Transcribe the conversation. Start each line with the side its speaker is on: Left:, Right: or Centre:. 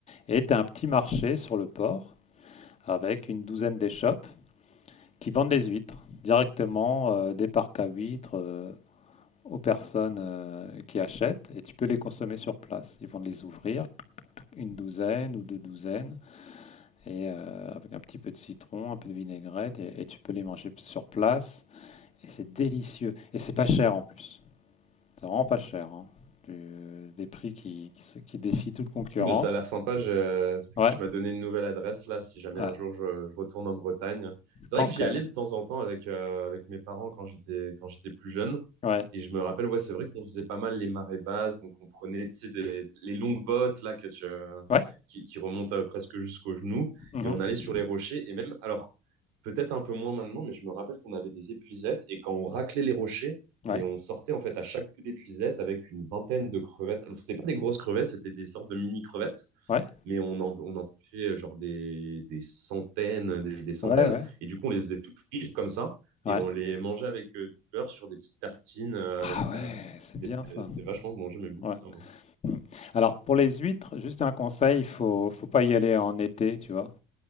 Left: Et tu as un petit marché sur le port avec une douzaine d'échoppes qui vendent des huîtres directement euh, des parcs à huîtres euh, aux personnes euh, qui achètent et tu peux les consommer sur place. Ils vont les ouvrir une douzaine ou deux douzaines et euh, avec un petit peu de citron, un peu de vinaigrette et, et tu peux les manger sur place et c'est délicieux et c'est pas cher en plus. C'est vraiment pas cher. hein. Du- des prix qui, qui se- qui défient toute concurrence.
Right: Mais ça a l'air sympa. Je...
Left: Ouais.
Right: Tu m'as donné une nouvelle adresse là, si jamais
Left: Ouais.
Right: un jour je, je retourne en Bretagne. C'est
Left: Cancale.
Right: vrai que j'y allais de temps en temps avec, euh, avec mes parents quand j'étais quand j'étais plus jeune.
Left: Ouais.
Right: Et je me rappelle, ouais, c'est vrai qu'on faisait pas mal les marées basses, donc on prenait, tu sais, des- les longues bottes là que tu, euh,
Left: Ouais.
Right: qui, qui remontent euh, presque jusqu'aux genoux,
Left: Mhm.
Right: et on allait sur les rochers. Et même, alors peut-être un peu moins maintenant, mais je me rappelle qu'on avait des épuisettes et quand on raclait les rochers
Left: Ouais.
Right: mais on sortait en fait à chaque coup d'épuisette avec une vingtaine de crevettes. Alors, c'était pas des grosses crevettes, c'était des sortes de mini crevettes,
Left: Ouais.
Right: mais on en, on en pêchait genre des, des centaines, des, des centaines.
Left: Ouais, ouais.
Right: Et du coup, on les faisait toutes frites comme ça
Left: Ouais.
Right: et on les mangeait avec euh, du beurre sur des petites tartines euh,
Left: Ah
Right: avec.
Left: ouais,
Right: euh,
Left: c'est bien
Right: et c'était
Left: ça.
Right: c'était vachement bon, j'aimais beaucoup
Left: Ouais.
Right: ça. moi.
Left: Mm. Alors, pour les huîtres, juste un conseil, il faut, faut pas y aller en été, tu vois.